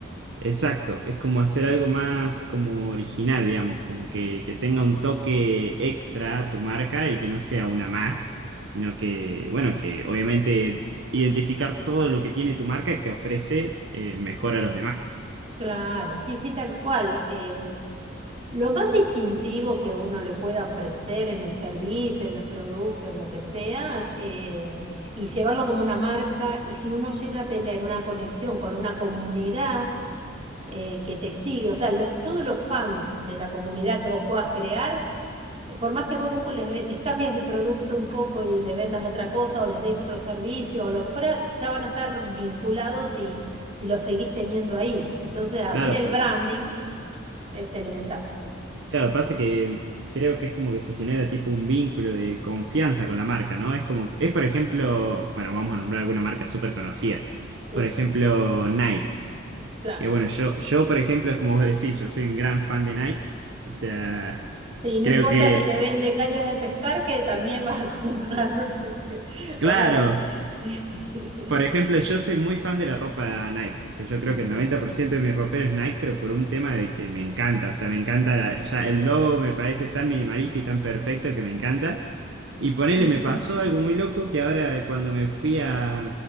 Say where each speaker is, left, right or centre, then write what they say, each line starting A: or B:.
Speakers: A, on the right; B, on the right.
A: Exacto, es como hacer algo más como original, digamos, como que, que tenga un toque extra a tu marca y que no sea una más, sino que, bueno, que obviamente identificar todo lo que tiene tu marca que ofrece eh, mejor a los demás.
B: Claro, sí, sí, tal cual. Eh, lo más distintivo que uno le pueda ofrecer en el servicio, en el producto, en lo que sea, eh, y llevarlo como una marca, y si uno llega a tener una conexión con una comunidad eh, que te sigue, o sea, lo- todos los fans de la comunidad que vos puedas crear, eh, por más que vos después les, les cambies el producto un poco y le vendas otra cosa o les des otro servicio o lo que fuera, ya van a estar vinculados y, y los seguís teniendo ahí. Entonces, hacer
A: Claro,
B: el
A: pero-
B: branding es elemental.
A: claro, pasa que creo que es como que se genera tipo un vínculo de confianza con la marca, ¿no? Es como, es por ejemplo, bueno, vamos a nombrar alguna marca súper conocida.
B: Sí,
A: Por ejemplo, Nike.
B: claro.
A: Que bueno, yo, yo, por ejemplo, es como vos decís, yo soy un gran fan de Nike. O sea,
B: Sí, no
A: creo
B: importa
A: que,
B: si te vende cañas de pescar, que también vas a comprar. <laughs>
A: claro,
B: O sea, sí. <laughs>
A: por ejemplo, yo soy muy fan de la ropa Nike. O sea, yo creo
B: Ujú,
A: que el 90% de mi ropero es Nike, pero por un tema de que me encanta. O sea, me encanta, la- ya el logo me parece tan minimalista y tan perfecto que me encanta. Y ponele,
B: Sí,
A: me
B: sí,
A: pasó algo muy loco que ahora cuando me fui a,